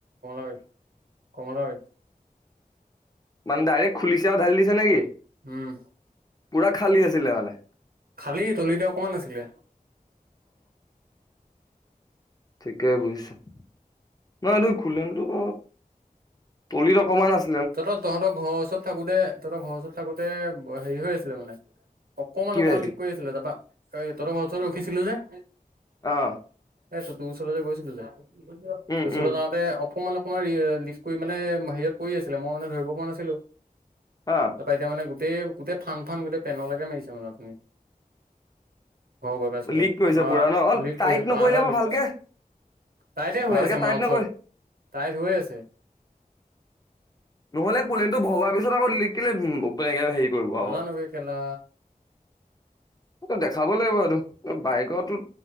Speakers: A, on the right; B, on the left.
A: কমলাবাৰী
B: মানে ডাইৰেক্ট খুলিছে আৰু ঢালি দিছে নেকি
A: উম
B: পুৰা খালী আছিলে মানে
A: খালি তলিতে অকমান আছিলে
B: ঠিকেই বুজিছা ন এই খুলনতো ক তলিত অকমান আছে
A: তহঁত তহঁতৰ ঘৰৰ ওচৰত থাকোতে তহতৰ ঘৰৰ ওচৰত থাকোতে হেৰি হৈ আছিলে মানে অকমান
B: কি
A: অকমান
B: হৈ
A: লিক কৰি আছিলে তাবা এ তহঁতৰ ঘৰ ওচৰত ৰখিছিলো যে
B: অহ
A: এই তো তো তোৰ ওচৰলৈ যে গৈছিলো যে
B: উম
A: তোৰ ওচৰলৈ
B: উম
A: যাওঁতে অকমান কৰি মানে সাযিয়ত পৰি আছিলে মই মানে ধৰিব পৰা নাছিলো
B: অ
A: তাৰপা এতিয়া মানে গোটেই গোটেই ফান্ ফান গোটেই পেনলৈকে মাৰিছে মানে আপুনি হব গৈ পাইছো
B: লিক
A: ৰে
B: কৰিছে
A: পোৰা
B: পুৰা ন অ
A: লিক
B: টাইট
A: কৰিছে <unintelligible>
B: নকৰিলে মই ভালকে
A: তাইতে হৈ
B: ভালকে
A: আছে
B: টাইট
A: মাল
B: নকৰি
A: চব তাইত হৈ আছে
B: নহ'লে কোলেনটো ভৰোৱা পিছত আকৌ লিক কেলে <unintelligible>
A: নাজানো
B: আকৌ
A: বে কেলা।
B: এইটো দেখাব লাগিব এইটো বাইকৰতো